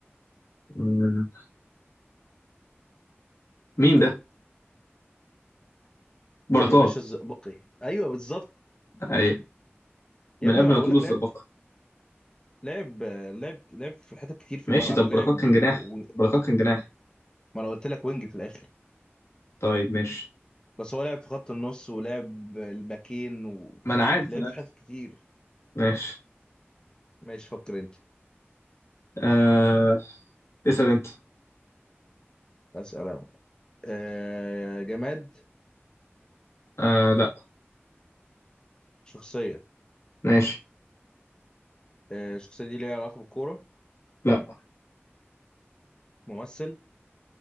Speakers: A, on the left; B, on the left.
A: مم. مين ده بركات
B: يا باشا الزئبقي ايوه بالظبط
A: ايوه من
B: يا ابني
A: قبل
B: ما بقول
A: ما تقول
B: لك
A: الزبقه
B: لعب لعب لعب لعب في حتت كتير في
A: ماشي
B: الملعب
A: طب
B: لعب
A: بركات كان
B: و...
A: جناح
B: و...
A: بركات كان جناح
B: ما انا قلت لك وينج في الاخر
A: طيب ماشي
B: بس هو لعب في خط النص ولعب الباكين و...
A: ما انا عارف
B: لعب
A: انا عارف
B: في حتت كتير
A: ماشي
B: ماشي فكر انت
A: آه... اسأل انت
B: اسال انا آه، جماد
A: آه... لا
B: شخصية
A: ماشي
B: آه، الشخصية دي ليها علاقة بالكورة
A: لا
B: ممثل